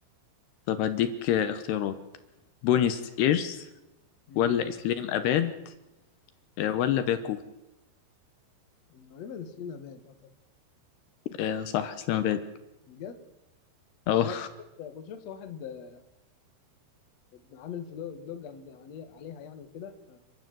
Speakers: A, on the left; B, on the left.
A: طب هديك آه، اختيارات بونيس ايرس
B: ماشي
A: ولا اسلام اباد آه، ولا باكو
B: غالبا سينا باد اعتقد
A: آه صح اسلام اباد
B: بجد
A: اه
B: اه كنت شفت كنت شفت واحد آه، عامل فلو- فلوج عن عليه عليها يعني وكده ف